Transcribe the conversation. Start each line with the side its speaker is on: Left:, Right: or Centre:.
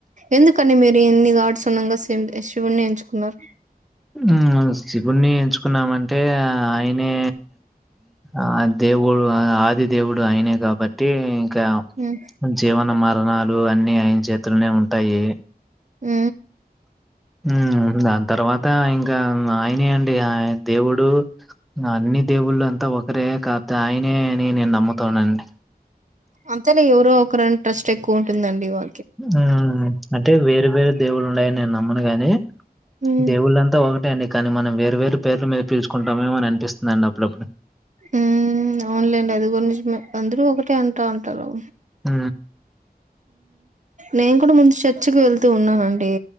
Right: ఎందుకండి మీరు ఇన్ని వాడ్ సున్నంగా శివ్ శివుణ్ని ఎయించుకున్నారు
Centre: ఊ శివునే ఎంచుకున్నామంటే ఆయనే ఆ దేవుడు ఆది దేవుడు అయినే కాబట్టి క
Right: మ్మ్
Centre: జీవన మరణాలు లు అన్ని అయన చేతులోనే ఉంటాయి
Right: ఊ
Centre: ఊ దాని తర్వాత ఇంకా ఆయనే అండి ఆ దేవుడు అన్ని దేవుళ్ళు అం త ఒకరే కాతే ఆయనే అని నేను నమ్ముతానండి
Right: అంతేనే ఎవరో ఒకరుంట్రెస్ట్ ఎక్కువ ఉంటుందండి ఇవ
Centre: ఆ అంటే వేరే వేరే దేవుళ్ళు ఉండాయన్ నేను నమ్మను గాని
Right: ఉమ్
Centre: దేవుళ్ళంతా ఒక టే అండి కానీ మనం వేరు వేరు పేర్ల మీద పిలుచుకుంటమెమో అని అనిపిస్తుంది అండి అప్పుడప్పుడు
Right: ఊ అవునులేండి అది గూడ నిజమే అందరూ ఒకటే అంటా ఉంటారు
Centre: ఉ
Right: నేన్ కూడా ముంద చె <unintelligible> వెళ్తూ ఉన్నానండి